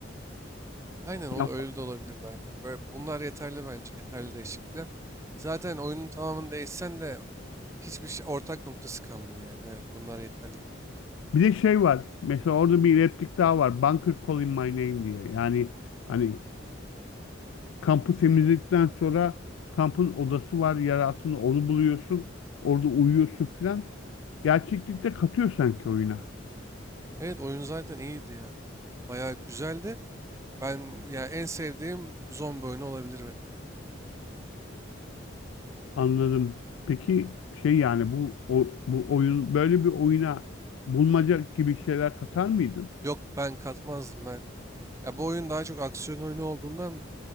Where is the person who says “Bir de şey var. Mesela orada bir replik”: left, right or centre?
Left